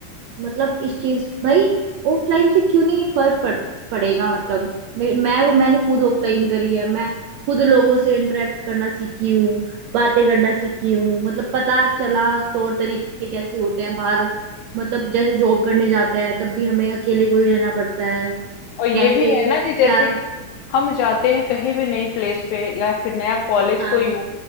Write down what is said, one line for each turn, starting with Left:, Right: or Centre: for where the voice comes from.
Right: मतलब इस चीज भाई ऑफलाइन से क्यों नहीं फर्क पड़, पड़ेगा मतलब मे- मैं मैंने खुद ऑफलाइन करी है मैं खुद लोगों से इंटरेक्ट करना सीखी हूँ बातें करना सीखी हूँ मतलब पता चला तौर तरीके कैसे होते हैं बाहर मतलब जैसे जॉब करने जाते हैं तब भी हमें अकेले को ही रहना पड़ता है
Left: और ये
Right: कैसे
Left: भी है
Right: क्या
Left: ना कि जैसे कि हम जाते हैं कहीं भी नई प्लेस पे या फिर नया कॉलेज
Right: हाँ
Left: कोई हो